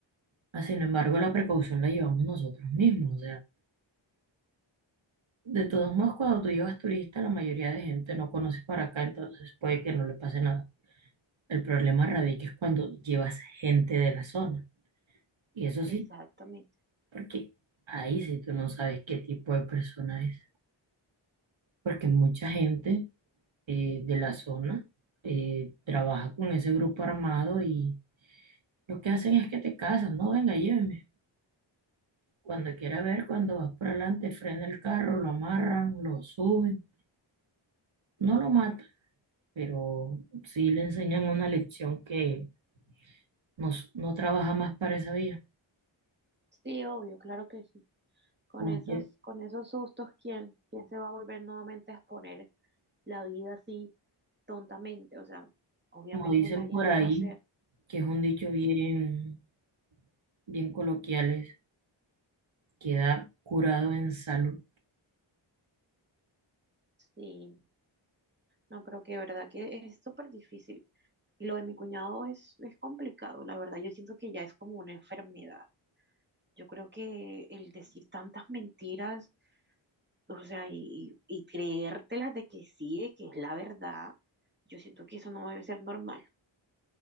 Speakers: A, on the right; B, on the right.
A: Ah, Sin embargo, la precaución la llevamos nosotros mismos, o sea, De todos modos, cuando tú llevas turista, la mayoría de gente no conoce para acá, entonces puede que no le pase nada. El problema radica es cuando llevas gente de la zona. Y eso
B: Exactamente.
A: sí, porque ahí sí tú no sabes qué tipo de persona es. Porque mucha gente eh, de la zona eh, trabaja con ese grupo armado y lo que hacen es que te casan, no, venga, llévenme. Cuando quiera ver, cuando vas por adelante, frena el carro, lo amarran, lo suben, no lo matan pero sí le enseñan una lección que nos no trabaja más para esa vía.
B: Sí, obvio, claro que sí. Con
A: Como,
B: esos,
A: que-
B: con esos sustos, ¿quién, quién se va a volver nuevamente a exponer la vida así tontamente? O sea, obviamente
A: como dicen
B: nadie
A: por
B: lo
A: ahí,
B: va a hacer.
A: que es un dicho bien, bien coloquial, es queda curado en salud.
B: Sí, no, pero que de verdad que es súper difícil. Y lo de mi cuñado es, es complicado, la verdad. Yo siento que ya es como una enfermedad. Yo creo que el decir tantas mentiras, o sea, y, y creértelas de que sí, de que es la verdad, yo siento que eso no debe ser normal.